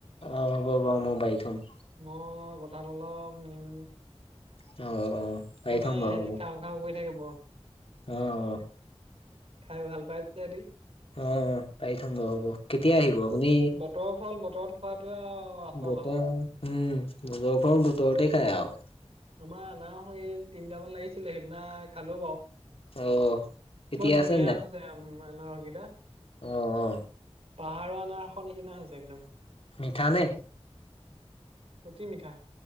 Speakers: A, on the left; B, on the right.
A: অঁ হ'ব বাৰু মই পাৰি থম
B: মই কঠাল অলপ নিম
A: অ অ পাৰি
B: আমাৰ
A: থম
B: এহঁতি
A: বাৰু হ'ব
B: খাওঁ খাওঁ কৰি থাকে বৰ
A: অ অ
B: খাই ভাল পাইছে হেৰি
A: অ পাৰি থম বাৰু হ'ব কেতিয়া আহিব আপুনি
B: বতৰ ফল বতৰত খোৱাাতোৱে আৰু আচল
A: বতৰ
B: আৰু
A: উমজৰ ফৰ বতৰতে খাই আৰু
B: আমাৰ আনা এই তিনিটামান লাগিছিলে সেইদিনা খালো বাৰু
A: অ এতিয়া
B: বৰ ধুনীয়া
A: আছে
B: হৈছে আনৰকিিতা
A: উম অ
B: পাহাৰৰ অননাৰ নিচিনা হৈছে একদম
A: মিঠা নে
B: অতি মিঠা